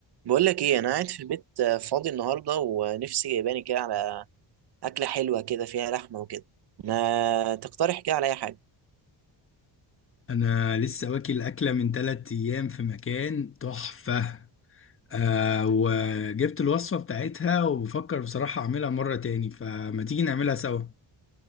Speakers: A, on the right; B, on the left.
A: بقول لك ايه انا قاعد في البيت آه، فاضي النهارده ونفسي جايباني كده على اكله حلوه كده فيها لحمه وكده ما تقترح كده على اي حاجه
B: انا لسه واكل اكله من ثلاث ايام في مكان تحفه آه وجبت الوصفه بتاعتها وبفكر بصراحه اعملها مره تاني فما تيجي نعملها سوا